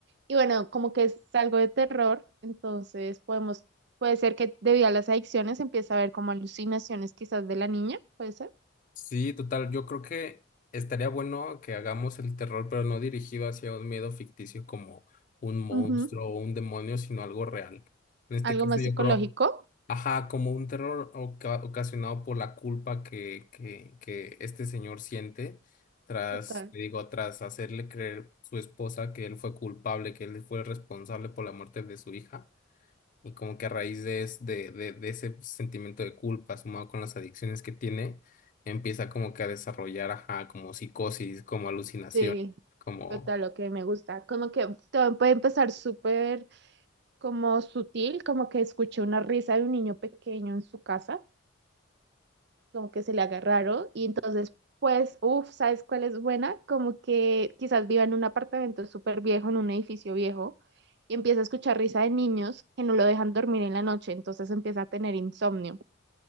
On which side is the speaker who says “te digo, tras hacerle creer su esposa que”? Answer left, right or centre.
Left